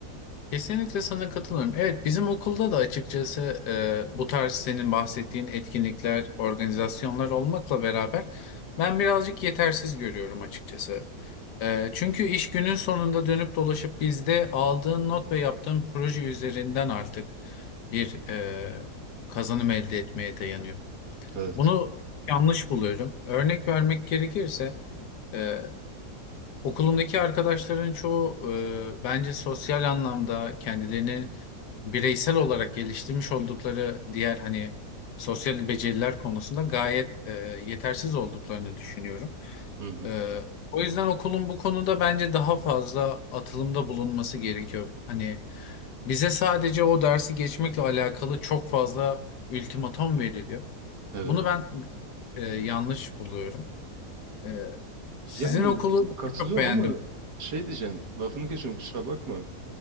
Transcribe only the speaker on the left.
Kesinlikle sana katılıyorum. Evet, bizim okulda da açıkçası e, bu tarz senin bahsettiğin etkinlikler, organizasyonlar olmakla beraber ben birazcık yetersiz görüyorum açıkçası. E, çünkü iş günün sonunda dönüp dolaşıp bizde aldığın not ve yaptığın proje üzerinden artık bir e, kazanım elde etmeye dayanıyor.
Bunu yanlış buluyorum. Örnek vermek gerekirse. e, Okulumdaki arkadaşların çoğu e, bence sosyal anlamda kendilerini bireysel olarak geliştirmiş oldukları diğer hani sosyal beceriler konusunda gayet e, yetersiz olduklarını düşünüyorum.
E, o yüzden okulun bu konuda bence daha fazla atılımda bulunması gerekiyor. Hani bize sadece o dersi geçmekle alakalı çok fazla ultimatom veriliyor.
Bunu ben e, yanlış buluyorum. E, sizin
okulu
çok beğendim.